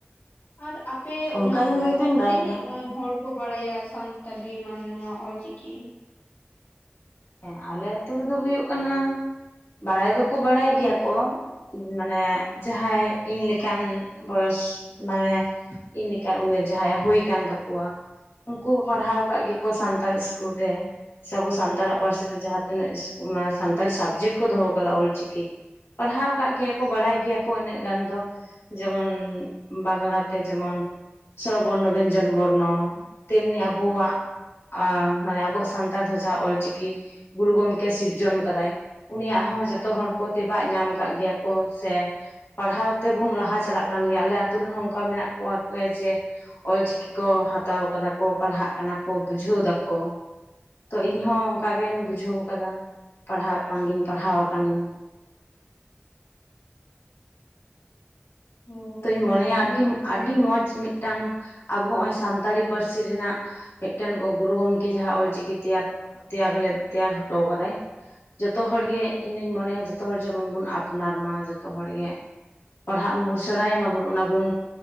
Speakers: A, on the left (about 70°); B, on the left (about 90°).
A: ᱟᱨ ᱟᱯᱮ
B: ᱚᱱᱠᱟᱧ
A: ᱚᱱᱟ ᱠᱚᱨᱮ
B: ᱫᱩᱧ ᱵᱟᱲᱟᱭ
A: ᱛᱤᱱᱟᱹᱜ
B: ᱜᱮᱭᱟ
A: ᱦᱚᱲᱼᱼ ᱠᱚ ᱵᱟᱲᱟᱭᱟ ᱥᱟᱱᱛᱟᱞᱤ ᱢᱟᱱᱮ ᱱᱚᱣᱟ ᱚᱞ ᱪᱤᱠᱤ
B: ᱦᱮᱸ ᱟᱞᱮ ᱟᱛᱳ ᱨᱮᱫᱚ ᱦᱩᱭᱩᱜ ᱠᱟᱱᱟ ᱵᱟᱲᱟᱭ ᱫᱚᱠᱚ ᱵᱟᱲᱟᱭ ᱜᱮᱭᱟ ᱠᱚ᱾ ᱢᱟᱱᱮ ᱡᱟᱦᱟᱸᱭ ᱤᱧ ᱞᱮᱠᱟᱱ ᱵᱚᱭᱚᱥ ᱢᱟᱱᱮᱼᱼ ᱤᱧ ᱞᱮᱠᱟᱱ ᱩᱢᱮᱨ ᱡᱟᱦᱟᱸᱭᱟᱜ ᱦᱩᱭ ᱠᱟᱱ ᱛᱟᱠᱚᱣᱟ, ᱩᱱᱠᱩ ᱯᱟᱲᱦᱟᱣ ᱟᱠᱟᱫ ᱜᱮᱠᱚ ᱥᱟᱱᱛᱟᱲ ᱥᱠᱩᱞ ᱨᱮ ᱥᱮ ᱟᱵᱚ ᱥᱤᱱᱼᱼ ᱥᱟᱱᱛᱟᱲ ᱟᱜ ᱯᱟᱹᱨᱥᱤ ᱛᱮ ᱡᱟᱦᱟᱸ ᱛᱤᱱᱟᱹᱜ <unintelligible> ᱢᱟᱱᱮ ᱥᱟᱱᱛᱟᱲᱤ ᱥᱟᱵᱡᱮᱠᱴ ᱠᱚ ᱫᱚᱦᱚ ᱟᱠᱟᱫᱟ ᱚᱞ ᱪᱤᱠᱤ ᱯᱟᱲᱦᱟᱣ ᱠᱟᱜ ᱜᱮᱭᱟ ᱠᱚ ᱵᱟᱲᱟᱭ ᱜᱮᱭᱟ ᱠᱚ ᱤᱱᱟᱹᱜ ᱜᱟᱱ ᱫᱚ᱾ ᱡᱮᱢᱚᱱ ᱵᱟᱝᱞᱟ ᱛᱮ ᱡᱮᱢᱚᱱ, ᱥᱚᱨᱚ ᱵᱚᱨᱱᱚ ᱵᱮᱧᱡᱚᱱ ᱵᱚᱨᱱᱚ ᱛᱮᱢᱱᱤ ᱟᱵᱚᱣᱟᱜ᱾ ᱟ ᱢᱟᱱᱮ ᱟᱵᱚᱣᱟᱜ ᱥᱟᱱᱛᱟᱲ ᱛᱮ ᱡᱟᱦᱟᱸ ᱚᱞ ᱪᱤᱠᱤ ᱜᱩᱨᱩ ᱜᱚᱢᱠᱮ ᱥᱤᱨᱡᱚᱱ ᱟᱠᱟᱫᱟᱭ᱾ ᱩᱱᱤᱭᱟᱜ ᱦᱚᱸ ᱡᱚᱛᱚ ᱦᱚᱲ ᱠᱚ ᱛᱮᱵᱟᱜ ᱧᱟᱢ ᱠᱟᱜ ᱜᱮᱭᱟ ᱠᱚ ᱥᱮᱼᱼ ᱯᱟᱲᱦᱟᱣ ᱛᱮᱵᱚᱱ ᱞᱟᱦᱟ ᱪᱟᱞᱟᱜ ᱠᱟᱱ ᱜᱮᱭᱟ ᱟᱞᱮ ᱟᱛᱩ ᱨᱮᱦᱚ ᱚᱱᱠᱟ ᱢᱮᱱᱟᱜ ᱠᱚᱣᱟ ᱮ ᱡᱮᱼᱼ ᱚᱞ ᱪᱤᱠᱤ ᱠᱚ ᱦᱟᱛᱟᱣ ᱟᱠᱟᱫᱟ ᱠᱚ ᱯᱟᱲᱦᱟᱜ ᱠᱟᱱᱟ ᱠᱚ ᱵᱩᱡᱷᱟᱹᱣ ᱫᱟᱠᱚ ᱛᱚ ᱤᱧ ᱦᱚᱸ ᱚᱱᱠᱟ ᱜᱮᱧ ᱵᱩᱡᱷᱟᱹᱣ ᱟᱠᱟᱫᱟ ᱯᱟᱲᱦᱟᱜ ᱠᱟᱱ ᱜᱤᱧ ᱯᱟᱲᱦᱟᱣ ᱟᱠᱟᱱ ᱤᱧᱼᱼ
A: ᱚ
B: ᱛᱚᱧ ᱢᱚᱱᱮᱭᱟ
A: ᱟᱹᱰᱤ
B: ᱟᱰᱤ
A: ᱱᱟᱯᱟᱭ
B: ᱟᱰᱤ ᱢᱚᱸᱡᱽ ᱢᱤᱫᱴᱟᱝ ᱟᱵᱚ ᱱᱚᱜᱼᱚᱭ ᱥᱟᱱᱛᱟᱲᱤ ᱯᱟᱹᱨᱥᱤ ᱨᱮᱱᱟᱜᱼᱼ ᱢᱤᱫ ᱴᱮᱱ ᱜᱩᱨᱩ ᱜᱚᱝᱠᱮ ᱡᱟᱦᱟᱸ ᱚᱞ ᱪᱤᱠᱤ ᱛᱮᱭᱟᱨ ᱛᱮᱭᱟᱨ ᱦᱚᱴᱚ ᱠᱟᱫᱟᱭ᱾ ᱡᱷᱚᱛᱚ ᱦᱚᱲ ᱜᱮ ᱤᱧ ᱫᱩᱧ ᱢᱚᱱᱮᱭᱟ ᱡᱷᱚᱛᱚ ᱦᱚᱲ ᱡᱮᱢᱚᱱ ᱵᱚᱱ ᱟᱯ ᱱᱟᱨ ᱢᱟ ᱡᱷᱚᱛᱚ ᱦᱚᱲ ᱜᱮ, ᱯᱟᱲᱦᱟᱜ ᱢᱚᱡᱽᱼᱼ ᱥᱮᱬᱟᱭ ᱢᱟᱵᱚᱱ ᱚᱱᱟ ᱵᱚᱱ